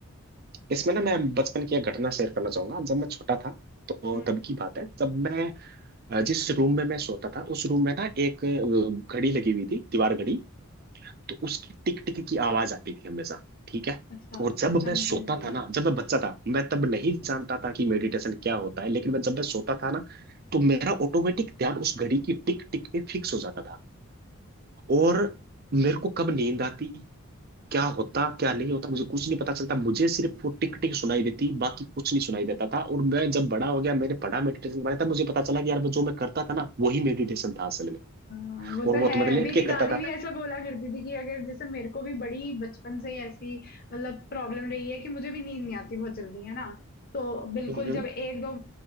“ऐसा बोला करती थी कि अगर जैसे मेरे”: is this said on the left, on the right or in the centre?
Left